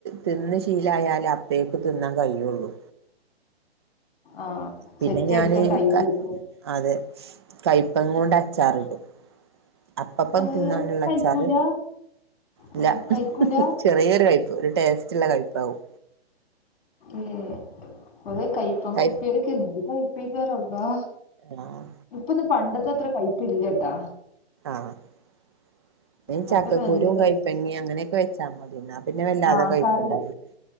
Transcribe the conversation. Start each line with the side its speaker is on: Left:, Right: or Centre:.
Right: തിന്ന് ശീലായാലേ അപ്പേക്ക തിന്നാൻ കഴിയുള്ളു
Left: ആഹ്
Right: പിന്നെ
Left: സെറ്റ്
Right: ഞാാന്
Left: എടുക്കാൻ ടൈം
Right: ക
Left: എടുക്കും
Right: അതെ കയ്പങ്ങാ കൊണ്ട് അച്ചാറിടും അപ്പപ്പ
Left: അത്
Right: തിന്നാനള്ള
Left: കഴിക്കൂല
Right: അച്ചാറ് ഇല്ല
Left: ആഹ് കഴിക്കൂല
Right: ചെറിയൊരു കഴിപ്പ് ഒരു ടേസ്റ്റ്ള്ള കഴിപ്പാവും
Left: ഏ അത കഴപ്പങ്ങ
Right: കൈ
Left: ഉപ്പിരക്ക എന്ത് കഴപ്പ തറ അവവാ
Right: ആഹ്
Left: ഇപ്പൊ ഇന്ന് പണ്ടത്തെ അത്ര കഴപ്പ ഇല്ലട്ടാ
Right: ആഹ
Left: പണ്ടൊക്കെ
Right: ചക്കക്കുരുും
Left: നല്ല കൈപ്പ്
Right: കൈപ്പങ്ങിയ അങ്ങനെയൊക്കെ വെച്ചാൽ മതിന്ന പിന്നെ വല്ലാതെ
Left: ആഹ്
Right: കഴപ്പ
Left: കറി
Right: ഇണ്ടാവല്ല